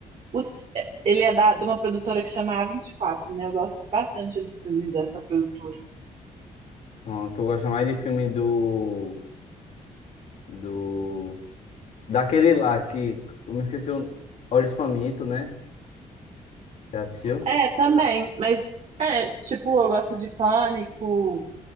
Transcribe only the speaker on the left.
pronto. Eu gosto mais de filme do, do, daquele lá que, eu me esqueci, o Olhos Famintos, né? Já assistiu?